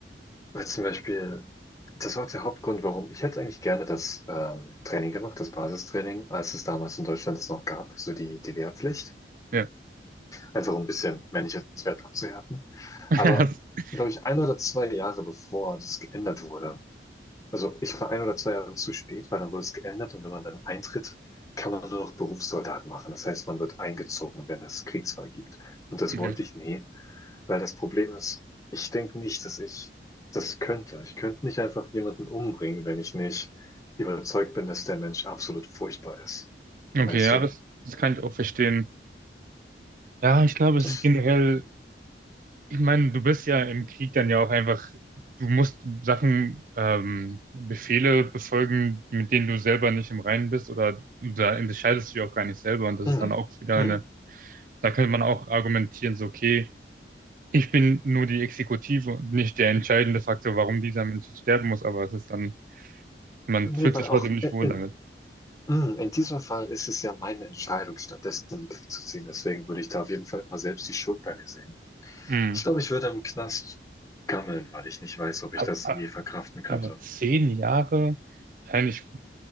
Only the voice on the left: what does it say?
Weil zum Beispiel, das war auch der Hauptgrund, warum ich hätte eigentlich gerne das ähm, Training gemacht, das Basistraining, als es damals in Deutschland es noch gab, so die, die Wehrpflicht,
einfach um ein bisschen männliches Wert abzuhärten.
Aber, glaube ich, ein oder zwei Jahre bevor das geändert wurde, also ich war ein oder zwei Jahre zu spät, weil dann wurde es geändert und wenn man dann eintritt, kann man nur noch Berufssoldat machen. Das heißt, man wird eingezogen, wenn es Kriegsfall gibt. Und das
wollte ich nie. Weil das Problem ist, ich denke nicht, dass ich das könnte. Ich könnte nicht einfach jemanden umbringen, wenn ich nicht überzeugt bin, dass der Mensch absolut furchtbar ist.
Weißt
du?
Ich,
mm,
mm.
Nee,
weil
auch
in,
in,
mm, in diesem Fall ist es ja meine Entscheidung, stattdessen in den Krieg zu ziehen. Deswegen würde ich da auf jeden Fall immer selbst die Schuld bei mir sehen.
Ich glaube, ich würde im Knast gammeln, weil ich nicht weiß, ob
ich das
je verkraften könnte.